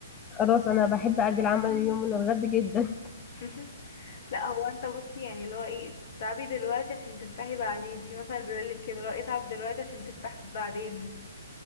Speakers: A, on the left (about 15°); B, on the left (about 55°).
A: خلاص أنا بحب أجل عمل اليوم من الغد جدا
B: <laughs> لا هو انت بصي يعني اللي هو ايه تتعبي دلوقتي عشان ترتاحي بعدين في مثلا بيقولك كده اللي هو اتعب دلوقتي عشان ترتاح بعدين